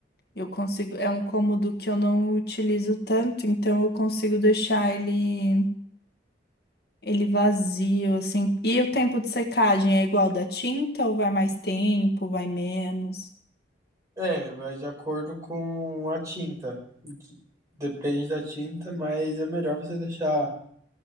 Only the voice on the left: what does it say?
Eu consigo. É um cômodo que eu não utilizo tanto, então eu consigo deixar ele. Ele vazio, assim. E o tempo de secagem é igual da tinta ou vai mais tempo, vai menos?